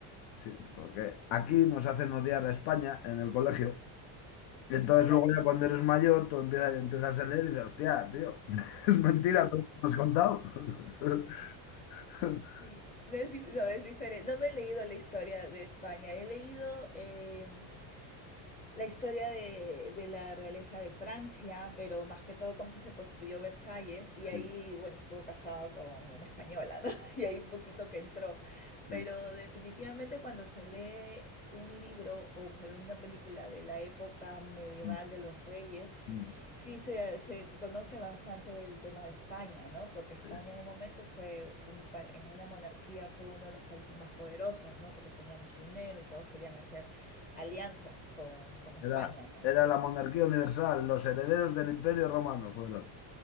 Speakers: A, on the left; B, on the left.
A: sí, porque aquí nos hacen odiar a España en el colegio. Y entonces
B: Claro.
A: luego ya cuando eres mayor, tú empiezas, empiezas a leer y dices, hostia, tío, <laughs> es mentira todo lo que me has contado. <laughs> <laughs>
B: Sí, no es, dif- no, es diferente. No me he leído la historia de España. He leído, em, la historia de, de la realeza de Francia, pero más que todo cómo se construyó Versalles, y
A: Sí,
B: ahí, bueno, estuvo casado con una española, ¿no? <laughs> Y ahí un poquito que entró. Pero
A: eh,
B: definitivamente cuando se lee un libro o se ve una película de la época medieval
A: mm,
B: de los reyes,
A: mm,
B: sí se, se conoce bastante el tema de España, ¿no? Porque España
A: eh,
B: en un momento fue, un pa- en una monarquía, fue uno de los países más poderosos, ¿no? Porque tenía mucho dinero y todos querían hacer alianzas con, con España,
A: Era,
B: ¿no?
A: era la monarquía universal, los herederos del Imperio Romano fueron,